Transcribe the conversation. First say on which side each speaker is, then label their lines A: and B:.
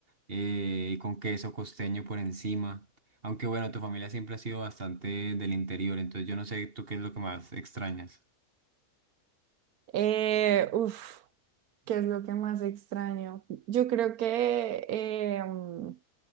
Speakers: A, on the right (about 40°); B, on the right (about 75°).
A: eh, y con queso costeño por encima. Aunque bueno, tu familia siempre ha sido bastante del interior, entonces yo no sé tú qué es lo que más extrañas.
B: Eh, uf, ¿qué es lo que más extraño? Yo creo que eh, mm,